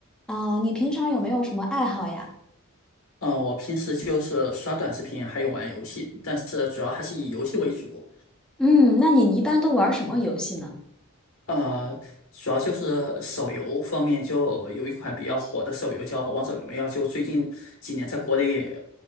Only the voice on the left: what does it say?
嗯，我平时就是刷短视频，还有玩游戏，但是主要还是以游戏为主。
呃，主要就是手游方面，就有一款比较火的手游叫《王者荣耀》，就最近几年在国内